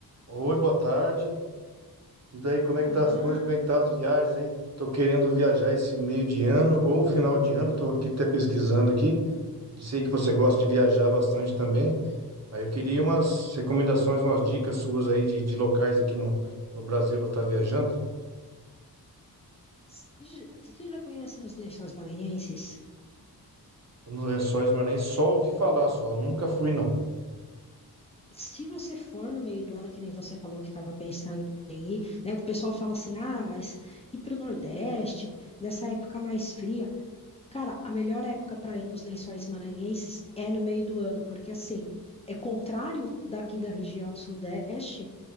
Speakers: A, on the right; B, on the left.
A: Oi, boa tarde. E daí, como
B: Olá!
A: é que tá as coisas? Como é que tá as viagens aí? Tô querendo viajar esse meio de ano ou final de ano. Tô aqui até pesquisando aqui. E sei que você gosta de viajar bastante também. Aí eu queria umas recomendações, umas dicas suas aí de, de locais aqui no, no Brasil para estar viajando.
B: Você já você já conhece os Lençóis Maranhenses?
A: Nos Lençóis Maranhenses, só ouvi falar só. Nunca fui, não.
B: Se você for no meio do ano, que nem você falou que estava pensando em ir, né? O pessoal fala assim, ah, mas ir para o Nordeste, nessa época mais fria. Cara, a melhor época para ir nos Lençóis Maranhenses é no meio do ano, porque assim, é contrário daqui da região Sudeste,